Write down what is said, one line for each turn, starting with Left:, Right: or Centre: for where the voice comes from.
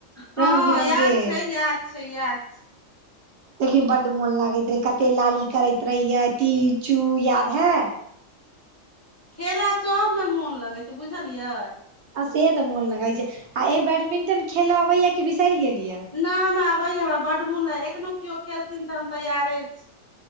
Left: हँ
Right: रंग बिरंग
Left: याद
Right: के
Left: छै याद छै याद छै। <unintelligible>
Right: लेकिन बड्ड मोन लागैत रहे कते लाली करैत रहिये ती चू याद है।
Left: खेला सबमे मोन लगै छै बुझलियै।
Right: से तऽ मोन लगै छै आ ए बैडमिंटन खेलऽ अबैया कि बिसरि गेलीह।
Left: नहि हमरा आबय हमरा बड मोन रहै <unintelligible> एखनो केओ खेलथिन तऽ हम तैयारे। छी